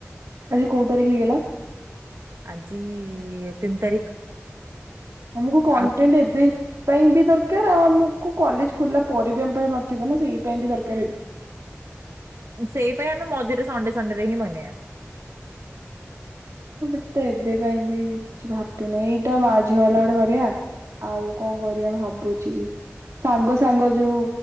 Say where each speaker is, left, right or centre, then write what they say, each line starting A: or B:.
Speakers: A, on the right; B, on the right.
A: ଆଜି କୋଉ ତାରିଖ ହେଇଗଲା?
B: ଆଜି ତିନି ତାରିଖ।
A: ଆମକୁ କଣ୍ଟେଣ୍ଟ
B: ଆଉ
A: ଏବେ ପାଇଁ ବି ଦରକାର ଆଉ ଆମକୁ କଲେଜ ଖୋଲା ପରେ ବି ଆମ ପାଖ ନଥିବ ନା ସେଇ ପାଇଁ ବି ଦରକାର ଏ
B: ସେଇ ପାଇଁ ଆମେ ମଝିରେ ସଣ୍ଡେ ସଣ୍ଡେରେ ହିଁ ବନେଇଆ।
A: ମୁଁ ଗୋଟେ ତ ଏବେ ପାଇଁ ବି କିଛି ଭାବିନି ଏଇଟା ମାଝି ବାଲା ଗୋଟେ କରିୟା। ଆଉ କଁ କରିବା ଭାବୁଚି ସାଙ୍ଗ ସାଙ୍ଗ ଯୋଉ